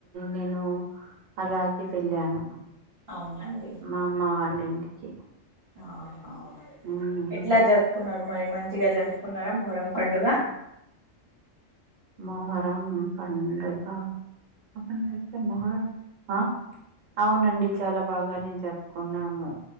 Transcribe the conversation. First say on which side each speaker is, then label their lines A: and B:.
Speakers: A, on the right (about 80°); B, on the right (about 45°).
A: నేను అలాగే వెళ్ళాను.
B: అవునా అండి.
A: మా అమ్మవాళ్ళ ఇంటికి.
B: ఆహా
A: మ్మ్
B: ఎట్ల జరుపుకున్నరు మరి మంచిగా జరుపుకున్నరా మొహరం పండుగ.
A: మొహరం పండుగ అయితే మొహరం ఆ అవునండి. చాలా బాగానే జరుపుకున్నాము,